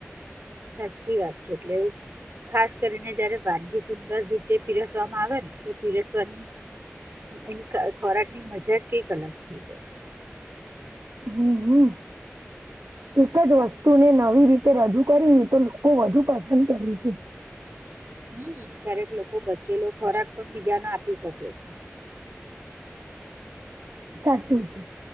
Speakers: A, on the right; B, on the right.
A: સાચી વાત છે એટલે ખાસ કરીને જયારે વાનગી સુંદર રીતે પીરસવામાં આવે ને તો પીરસવાની એની ખોરાક ની મજા કઈક અલગ થઈ જાય.
B: હમ હમ. એક જ વસ્તુને નવી રીતે રજૂ કરી તો લોકો વધુ પસંદ કરે છે. <inaudible>
A: હમ ક્યારેક લોકો બચેલો ખોરાક પણ બીજાને આપી શકે છે.
B: <inaudible> સાચું છે.